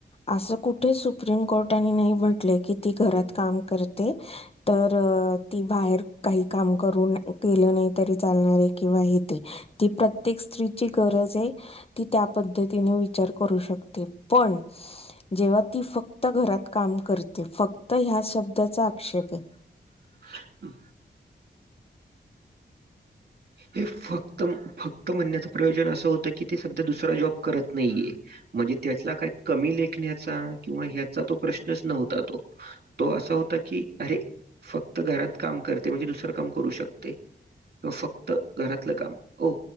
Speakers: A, on the left (about 30°); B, on the right (about 60°).
A: असं कुठे सु सुप्रीम कोर्टाने नाही म्हटलय की ती घरात काम करते तर ती बाहेर काही काम करून केलं नाही तरी चालणारे किंवा हे ते ती प्रत्येक स्त्रीची गरज गरज आहे ती त्या पद्धत तिनी विचार करू शकते पण जेव्हा ती फक्त घरात काम करते फक् त ह्या शब्दाचा आक्षेप आहे.
B: <unintelligible> हे फक्त फक्त म्हणण्याच प्रयोजन अस होतं की ती सध्या दुसरा जॉब करत नाहीये. म्हणजे त्यातला काही कमी लेखण्याचा किंवा ह्याचा तो प्रश्नच नव्हता तो तो असा होत ता की अरे फक्त घरात काम करते म्हणजे दुसरं काम करू शकते अ फक् त घरातलं काम हो